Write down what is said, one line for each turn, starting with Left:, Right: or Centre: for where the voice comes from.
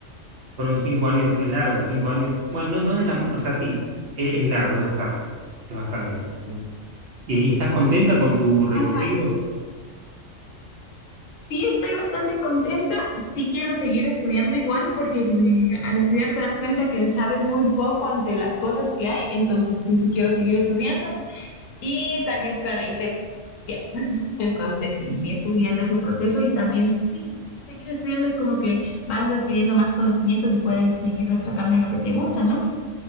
Right: fueron cinco años, es largo, cinco años. Bueno, no, no es de la. O sea, sí, es, es largo, es bastante. Es bastante. es- ¿Y, y estás contenta con tu recorrido?
Left: Ajá. Sí, estoy bastante contenta. Sí quiero seguir estudiando igual porque eh, al estudiar te das cuenta que sabes muy poco ante las cosas que hay. Entonces, sí, sí quiero seguir estudiando. y tal vez para ahí te... Yes. <laughs> Entonces, sí, sí, estoy viendo ese proceso y también, sí, seguir estudiando es como que vas adquiriendo más conocimientos y puedes seguir destacando en lo que te gusta, ¿no?